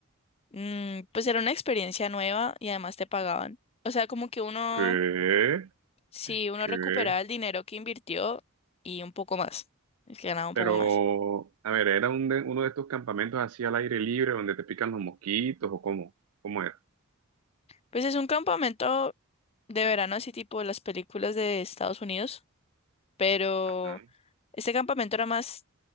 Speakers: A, on the left (about 25°); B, on the right (about 80°).
A: Mm, pues era una experiencia nueva y además te pagaban. O sea, como que uno,
B: ¿Qué?
A: si uno
B: ¿Qué?
A: recuperaba el dinero que invirtió y un poco más, es que ganaba un
B: Pero,
A: poco más.
B: a ver, ¿era un de- uno de estos campamentos así al aire libre donde te pican los mosquitos o cómo? ¿Cómo era?
A: Pues es un campamento de verano, así tipo las películas de Estados Unidos, pero
B: Ajá.
A: este campamento era más